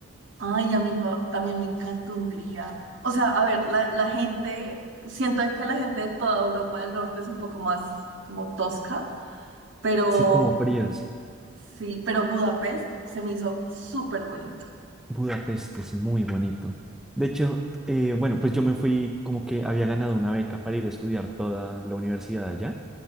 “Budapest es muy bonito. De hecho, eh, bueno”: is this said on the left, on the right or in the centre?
Centre